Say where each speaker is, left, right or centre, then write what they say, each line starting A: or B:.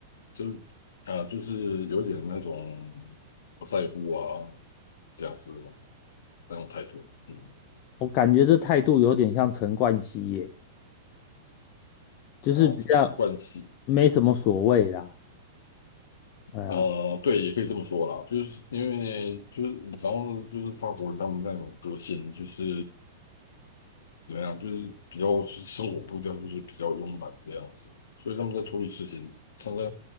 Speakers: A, on the left (about 65°); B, on the left (about 40°).
A: 就是啊、呃就是有点那种不在乎啊这样子的那种态度，嗯
B: 我感觉这态度有点像陈冠希耶，就是比较
A: 啊，什么关系？
B: 没什么所谓啦。对啊，
A: 呃，对，也可以这么说啦，就是因为就是然后就是法国人他们那种个性就是怎么样，就是比较是生活步调就是比较慵懒这样子，所以他们在处理事情，像在